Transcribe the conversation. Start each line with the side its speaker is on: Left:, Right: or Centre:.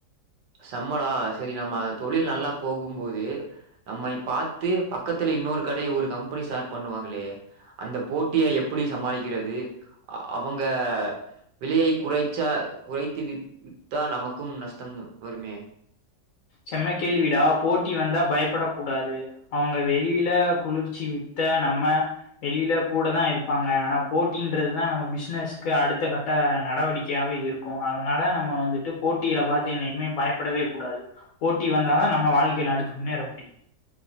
Right: செம்மடா செரி நம்ம தொழில் நல்லா போகும்போது நம்மை பாத்து பக்கத்துல இன்னொரு கடை ஒரு கம்பெனி ஸாட் பண்ணுவாங்களே அந்த போட்டிய எப்பிடி சமாளிக்கிறது அ அவுங்க விலையை குறைச்சா குறைத்து வித் வித்தா நமக்கும் நஷ்டம் வருமே
Left: செம்ம கேள்விடா போட்டி வந்தா பயப்பட கூடாது அவுங்க வெளியில குளிர்ச்சி வித்த நம்ம வெளியில கூட தா இருப்பாங்க ஆனா போட்டின்றதுதா நம்ம பிஸ்னஸ்க்கு அடுத்த கட்ட நடவடிக்கையாவே இருக்கு அதனால நம்ம வந்துட்டு போட்டிகள பாத்து என்னைக்குமே பயப்படவே கூடாது போட்டி வந்தாதா நம்ம வாழ்க்கையில அடுத்து முன்னேற முடியு